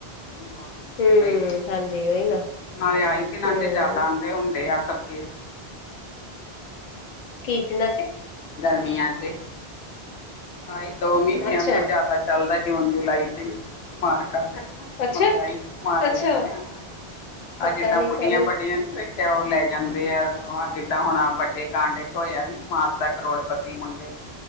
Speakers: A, on the left (about 80°); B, on the left (about 50°).
A: ਬਹੁਤ ਮੁਸ਼ਕਿਲ
B: ਹੂੰ
A: <unintelligible>
B: ਹਾਂਜੀ ਉਹੀ ਨਾ
A: ਨਾਲੇ ਆਈ। ਦਿਨਾਂ
B: ਹੂੰ
A: ਚ ਜ਼ਿਆਦਾ ਆਉਂਦੇ ਹੁੰਦੇ ਆ, ਸਭ ਕੇ
B: ਕੀ ਦਿਨਾਂ ਚ?
A: ਗਰਮੀਆਂ ਚ, ਆਹ ਹੀ ਦੋ ਮਹੀਨੇ
B: ਅੱਛਾ
A: ਆਂਦੇ ਜ਼ਿਆਦਾ ਚੱਲਦਾ ਜੂਨ -ਜੁਲਾਈ ਚ ਹੀ ਮਾਰ ਕੱਟ
B: ਅੱਛਾ
A: ਮਹਿੰਗਾਈ ਮਾਰਿਆ
B: ਅੱਛਾ
A: ਗਿਆ ਹਨਾ,
B: ਪਤਾ
A: ਅਜੇ ਤਾਂ
B: ਨੀ
A: ਬੁੱਢੀਆਂ
B: ਸਾਨੂੰ
A: ਬਾਢੀਆਂ
B: ਤੇ
A: ਨੀ ਵੇਖ ਉਹ ਲੈ ਜਾਂਦੇ ਆ, ਜਿੱਦਾਂ ਹੁਣ ਆ ਵੱਡੇ ਕਾਂਡ ਹੋਇਆ ਨੀ ਮਾਪ ਤੱਕ ਕਰੋੜਪਤੀ ਮੁੰਡੇ ਨੇ